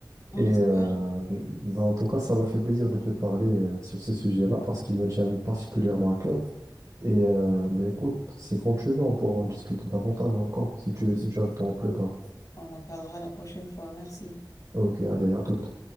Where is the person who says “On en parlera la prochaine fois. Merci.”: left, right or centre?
Left